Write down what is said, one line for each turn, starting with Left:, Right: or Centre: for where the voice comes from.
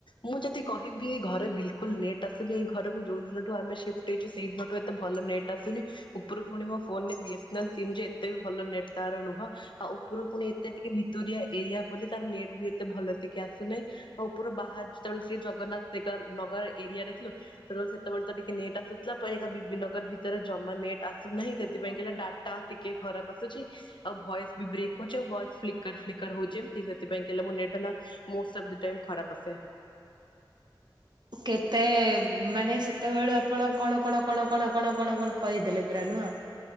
Left: ମୁଁ ଯଦି କହିବି, ଏ ଘରେ ବିଲକୁଲ ନେଟ୍ ଆସୁନେଇ ଏ ଘରକୁ ଯୋଉ ଦିନଠୁ ଆମେ ସିପ ପ୍ଟ ହେଇଚୁ ସେଇ ଦିନଠୁ ଏତେ ଭଲ ନେଟ୍ ଆସୁନି, ଉପରୁ ପୁଣି ମୋ ଫୋନରେ B S N L sim ଯେ ଏତେ ବି ଭଲ ନେଟ ୱର ତାର ନୁହଁ। ଆଉ ଉପରୁ ପୁଣି ଏତେ ଟିକେ ଭିତୁରିଆ ଏରିଆ ବୋଲି ତାର ନେଟ୍ ବି ଏତେ ଭଲ ନେଟ ଟିକେ ଆସୁନେଇ, ଆଉ ଓପୁର ବାହାର ଯେତେବେଳେ ଶ୍ରୀ ଜଗନ୍ନାଥ ନଗ ନଗର ଏରିଆରେ ଥିଲୁ। ସେତେବେଳେ ସେତେବେଳେ ତ ଟିକେ ନେଟ୍ ଆସୁଥିଲା, ପର ଏଇନା ବି ବି ନଗର ଭିତ୍ <unintelligible> ନେଟ ଆସୁନାହିଁ, ସେଥିପାଇଁ କହିଲେ ଡାଟା ଟିକେ ଖରାପ ଆସୁଛି। ଆଉ ଭଏସ୍ ବି ବ୍ରେକ୍ ହଉଚି ଆଉ ଭଏସ ଫ୍ଲିକର୍ ଫ୍ଲିକର୍ ହଉଛି, ଏମତି ସେଥିପାଇଁ କି ହେଲା ମୋ ନଟ ହେଲା ମୋଷ୍ଟ ଅଫ୍ ଦ ଟାଇମ ଖରାପ ଆସେ।
Right: କେତେ ମାନେ ସେତେବେଳୁ ଆପଣ କଣ କଣ କଣ କଣ କଣ କଣ କଣ କହିଦେଲେ ପୁରା ନୁହଁ।